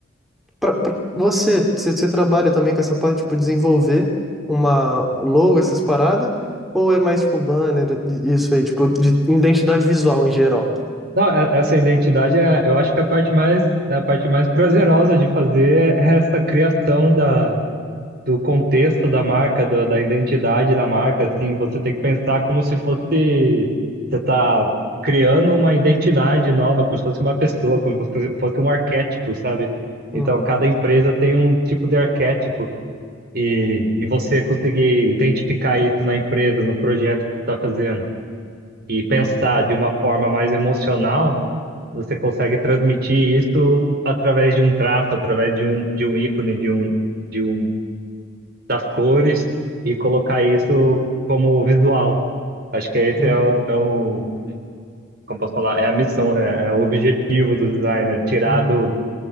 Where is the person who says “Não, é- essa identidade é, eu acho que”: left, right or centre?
Right